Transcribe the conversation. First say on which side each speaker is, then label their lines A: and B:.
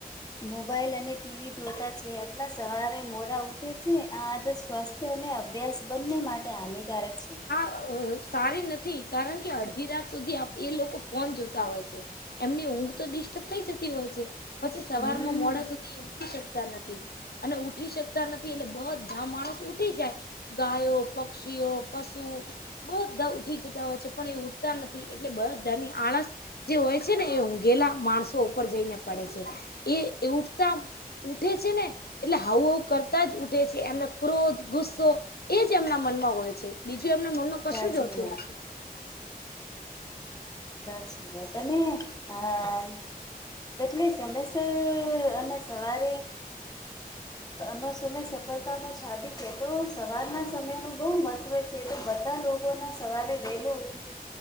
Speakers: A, on the left; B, on the left.
A: મોબાઈલ અને ટી વી જોતા છે આટલા સવારે મોડા ઊઠે છે આ આદત સ્વાસ્થ્ય અને અભ્યાસ બંને માટે હાનિકારક છે.
B: અ સારી નથી કારણ કે અડધી રાત સુધી આપ એ લોકો ફોન જોતા હોય છે. એમની ઊંઘ તો ડિસ્ટર્બ થઈ જતી હોય છે, પછી સવાર
A: હમ
B: માં મોડા સુધી ઉઠી શકતા નથી અને ઉઠી શકતા નથી એટલે બધા માણસ ઉઠી જાય. ગાયો પક્ષીઓ, પશુ બધા ઉઠી જતા હોય છે પણ એ ઉઠતા નથી એટલે બધાની આળસ જે હોય છે ને એ ઊંઘેલા માણસો ઉપર જઈને પડે છે. એ એ ઉઠતા ઉઠે છે ને એટલે હાઉ હાઉ કરતા જ ઉઠે છે. એમને ક્રોધ ગુસ્સો એજ એજ એમના મનમાં હોય છે. બીજું એમના મનમાં કશું
A: સાચી
B: જ હોતું
A: વાત
B: નથી.
A: સાચી વાત તને આ એટલી સમયસર અને સવારે નો સમય સફળતા નો છાબી છે તો સવારના સમય નો બઉ મહત્વ છે. તો બધા લોકો ના સવારે વેલુ ઉઠવું